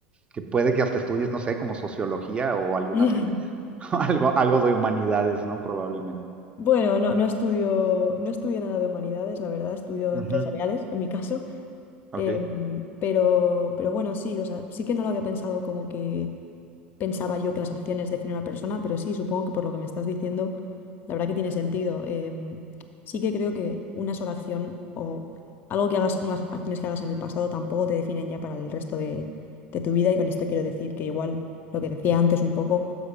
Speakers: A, on the right (about 20°); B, on the left (about 35°).
A: que puede que hasta estudies, no sé, como sociología o algunas,
B: <laughs>
A: <laughs> algo, algo de humanidades, ¿no? Probablemente.
B: Bueno, no, no estudio, no estudio nada de humanidades, la verdad, estudio
A: Ujú,
B: empresariales, en mi caso.
A: Ok.
B: Em, pero, pero bueno, sí, o sea, sí que no lo había pensado como que pensaba yo que las acciones definen a una persona, pero sí, supongo que por lo que me estás diciendo, la verdad que tiene sentido. Em, sí que creo que una sola acción o algo que hagas, unas acciones que hagas en el pasado tampoco te definen ya para el resto de, de tu vida. Y con esto quiero decir que igual lo que decía antes un poco,